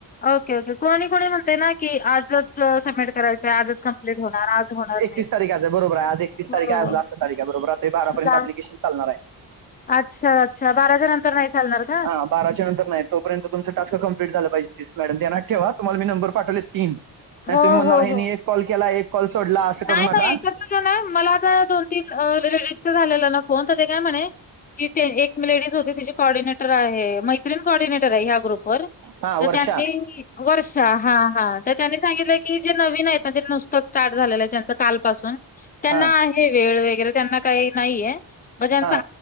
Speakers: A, on the left (about 20°); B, on the right (about 50°).
A: ओके, ओके कोणी, कोणी म्हणते ना की आजच सबमिट करायचंय आजच कम्प्लीट होणार, आज होणार नाही.
B: तीस तारीख आहे बरोबर आहे. आज एकतीस
A: हो.
B: तारीख आज लास्ट तारीख हाय बरोबर. रात्री बारापर्यंत
A: लास्ट
B: अप्लिकेशन चालणार आहे.
A: अच्छा, अच्छा. नंतर नाही चालणार का?
B: हा बाराच्या नंतर नाही तोपर्यंत तुमचं टास्क कप्लीट झाले पाहिजे तीस मॅडम ध्यानात ठेवा तुम्हांला मी नंबर पाठवलेत तीन नाही
A: हो,
B: तुम्ही म्हणणार
A: हो,
B: ह्यांनी
A: हो.
B: एक कॉल केला एक कॉल सोडला असं करू
A: नाही,
B: नका.
A: कसं नाही मला आता दोन तीन लेडीजचा झालेला ना फोन तर ते काय म्हणे ती एक लेडीज होती तिची कॉर्डिनेटर आहे मै त्रीण कॉर्डिंनेटर आहे ह्या ग्रुप वर.
B: हा वर्षा
A: त्यांनी वर्षा हा हा सांगितला आहे की जे नवीन आहेत ज्याचं नुस्तच स्टार्ट झालय कालपासून त्याना
B: हा
A: वेळ वगैरे त्यांना काही नाहीये, म्हणजे ज्याचं
B: हा